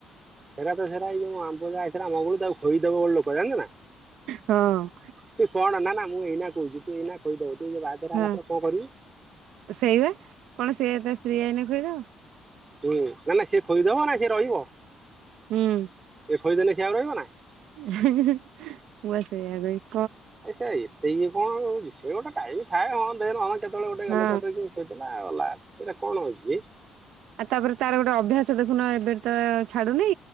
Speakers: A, on the right; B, on the right.
A: ସେଇଟା ତ ସେଟା, ଏଇ ଯୋଉ ଆମ୍ବ ଯାଆଇଥିଲା ମଙ୍ଗୁଳୁ ତାକୁ ଖୋ ବ ଲୋକ ଜାଣିଚୁନା,
B: ହଁ
A: ତୁ କଣ ନା-ନା ମୁଁ ଏଇନା କହୁଛିୁ ତୁ ଏଇନା ଖୋଇଦବୁ। ସେଯୋଉ <unintelligible> ଙ୍କର
B: ହଁ
A: କନକରିବୁ।
B: ସେଇବା କଣ ସେଏ ତା ସ୍ତ୍ରୀ ଆଇଲେ ଖୁଆଇଦବନି।
A: ହୁଁ ନା-ନା ସେ ଖଇଦବନା ସେ ରହିବ,
B: ହୁଁ।
A: ସେ ଖୋଇଦଲେ ସେ ଆଉ ରହିବ ନା।
B: <unintelligible> ମୁଁ ବା ସେଇଆ କହିଲି।
A: ଆ ଏଟା ଏତେ ଇଏ କଣ ହଉଚି, ସେ ଗୋଟେ ଟାଇଏମ୍ ଥାଏ ହଁ ଦେ ହ କେତେବେଳେ ଗୋଟେ <unintelligible>
B: ହଁ
A: ଗଲା ଏଇଟା କଣ ହଉଛି?
B: ଆଉ ତାପରେ ତାର ଗୋଟେ ଅଭ୍ୟାସ ଦେଖୁନ ଏବେ ତ ଛାଡୁନି